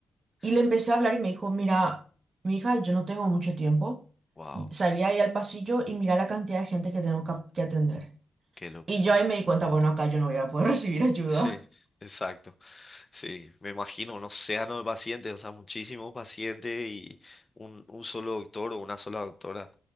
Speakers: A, on the left; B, on the right.
A: Sí,
B: Y le empecé a hablar y me dijo, mira, mi hija, yo no tengo mucho tiempo.
A: wow,
B: Salí ahí al pasillo y mira la cantidad de gente que tengo cap- que atender.
A: qué locura.
B: Y yo ahí me di cuenta, bueno, acá yo no voy a poder <laughs> recibir ayuda.
A: Sí, exacto. Sí, me imagino un océano de pacientes, o sea, muchísimos pacientes y un, un solo doctor o una sola doctora.